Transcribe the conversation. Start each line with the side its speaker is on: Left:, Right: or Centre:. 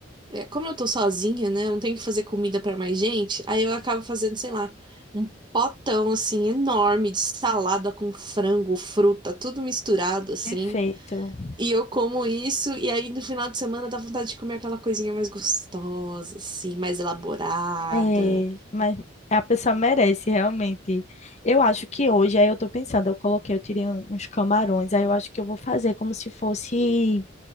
Right: é, como eu tô sozinha, né? eu Não tenho que fazer comida pra mais gente, aí eu acabo fazendo, sei lá, um potão, assim, enorme de salada com frango, fruta, tudo misturado, assim.
Left: perfeito.
Right: E eu como isso, e aí no final de semana dá vontade de comer aquela coisinha mais gostosa, assim, mais elaborada.
Left: É, mas a pessoa merece, realmente. Eu acho que hoje, aí eu tô pensando, eu coloquei, eu tirei um- uns camarões, aí eu acho que eu vou fazer como se fosse,